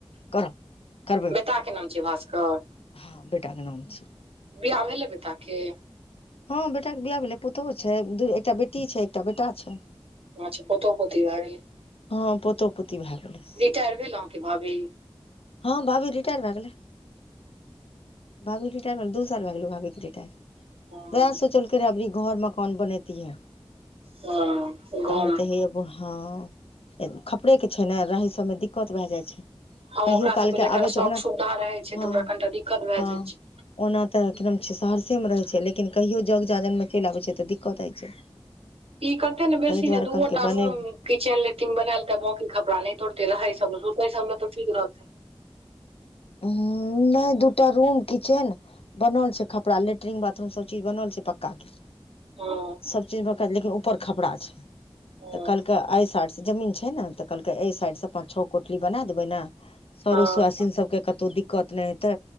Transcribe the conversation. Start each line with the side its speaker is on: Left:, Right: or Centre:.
Left: करब करबै
Right: बेटाके नाम छियै भास्कर
Left: हँ बेटाके नाम छियै
Right: बियाह भेलय बेटा के
Left: हँ बेटाक बियाह भेलय पुतहु छै एकटा बेटी छै एकटा बेटा छै
Right: बात छै पोतो पोती भ गेले
Left: हँ पोतो पोती भए गेलै
Right: रिटायर भेलहु कि भाभी
Left: हँ भाभी रिटार भए गेलै भाभी रिटार भय दु साल भए गेल यौ भावी के
Right: हँ
Left: व <unintelligible> ए सोचल कर रहे अबरी घर मकान बनेतीयै
Right: हँ गाँवमे
Left: ता मे तऽ हे ओ हँ खपड़े के छेला रहै सबमे दिक्कत भए जाइ छै
Right: हं
Left: कहियो
Right: ओकरा
Left: कालके
Right: सबके जखन
Left: आबै
Right: शौख
Left: छै ओना
Right: सुविधा रहे छै
Left: हँ
Right: तऽ ओकरा कनिटा दिक्कत भए
Left: हँ
Right: जाय छै
Left: ओना तऽ एकदम छै सहरसे मे रहै छै लेकिन कहियो जग जाजनमे चलि आबै छै तऽ दिक्कत होइत छै
Right: ई कतऽ ने बेसी
Left: ताहि दुआरे
Right: ने दू
Left: कहलकै
Right: ओ टा
Left: बनेबै
Right: रूम किचन लेट्रिन बनलि तऽ बाकी खपड़ा नहि तोड़तै रहय सब रुकै सबमे तऽ ठीक रहतै
Left: हूं नहि दूटा रूम किचेन बनौल छै खपड़ा लेट्रिन बाथरूम सब चीज बनल छै पक्का के
Right: हँ
Left: सब चीजमेक लेकिन ऊपर खपरा छै
Right: हँ
Left: तऽ कलकै आइ साइड स जमीन छै ने तऽ कहलकै ए साइड से पाँंच छओ कोठली बना देबे ने सरो
Right: हँ
Left: सुआसिन सब के कतहु दिक्कत नहि हेतै